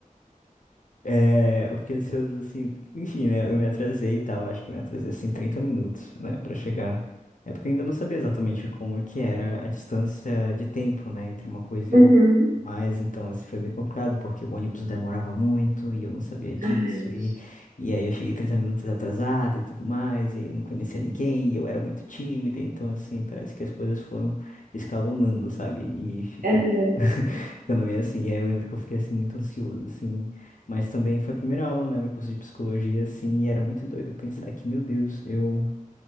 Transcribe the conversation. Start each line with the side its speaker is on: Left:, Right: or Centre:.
Left: É, eu fiquei ansioso, assim, enfim, né? Eu me atrasei e tal, acho que eu me atrasei, assim, 30 minutos, né, pra chegar. É porque eu ainda não sabia exatamente como é que era a distância de tempo, né, entre uma coisa
Right: Uhum.
Left: e outra. Mas, então, assim, foi bem complicado, porque o ônibus demorava muito e eu não sabia disso.
Right: Ai.
Left: E, e aí eu cheguei 30 minutos atrasado e tudo mais, e aí eu não conhecia ninguém, e eu era muito tímido. Então, assim, parece que as coisas foram escalonando, sabe? E ficando.
Right: Aham.
Left: <laughs> Ficando meio assim, e aí eu lembro que eu fiquei assim muito ansioso, assim, mas também foi a primeira aula, né, no curso de psicologia, assim, e era muito doido pensar que, meu Deus, eu,